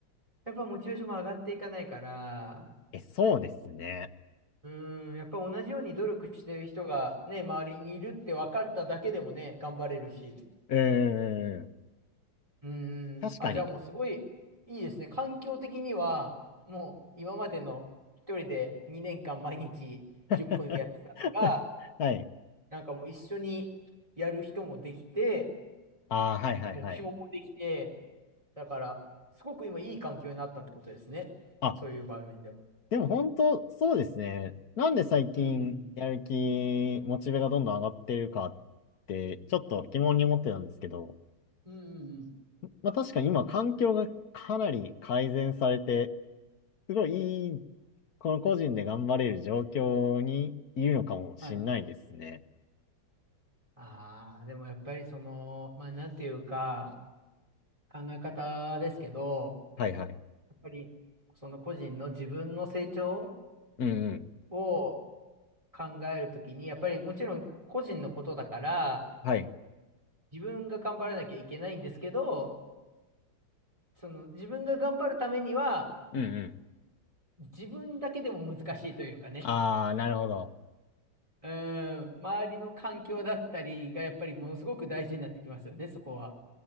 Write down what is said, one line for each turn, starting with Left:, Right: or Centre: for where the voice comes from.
Right: やっぱモチベーションも上がっていかないから、
Left: え、そうですね。
Right: うーん、やっぱ同じように努力してる人がね、周りにいるって分かっただけでもね、頑張れるし。
Left: うーん。
Right: うーん。
Left: 確かに。
Right: あ、じゃあもうすごいいいですね。環境的には、もう今までの一人で2年間毎日10分やってたのが、
Left: <laughs> はい。
Right: なんかもう一緒にやる人もできて、
Left: ああ、はいはいはい。
Right: 目標もできて、だから、すごく今いい環境になったってことですね。
Left: あ、
Right: そういう場面では。
Left: でも本当、そうですね。なんで最近やる気、
Right: うんうん。
Left: モチベがどんどん上がってるかって、ちょっと疑問に思ってたんですけど、
Right: うんうんうん。
Left: まあ確かに今環境がかなり改善されて、すごいいい、この個人で頑張れる状況にいるのかもしんないですね。
Right: はい。ああ、でもやっぱりその、まあなんていうか、考え方ですけど、
Left: はいはい。
Right: やっぱりその個人の自分の成長
Left: うんうん。
Right: を考えるときに、やっぱりもちろん個人のことだから、
Left: はい。
Right: 自分が頑張らなきゃいけないんですけど、その自分が頑張るためには、
Left: うん
Right: 自分だけでも難しいというかね、
Left: ああ、なるほど。
Right: うーん、周りの環境だったりがやっぱりものすごく大事になってきますよね、そこは。